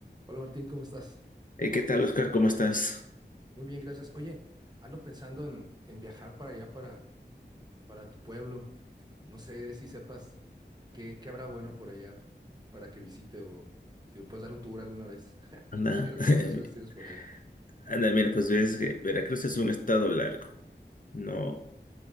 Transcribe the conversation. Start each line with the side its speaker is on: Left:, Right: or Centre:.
Right: Hola Martín, ¿cómo estás?
Left: Eh, ¿qué tal, Oscar? ¿Cómo estás?
Right: Muy bien, gracias. Oye, ando pensando en, en viajar para allá, para, para tu pueblo. No sé si sepas qué, qué habrá bueno por allá para que visite o si me puedes dar un tour alguna vez. <laughs>
Left: Anda,
Right: ¿Qué recomendaciones
Left: <laughs>
Right: tienes por allá?
Left: anda, mira, pues ves que Veracruz es un estado largo. No,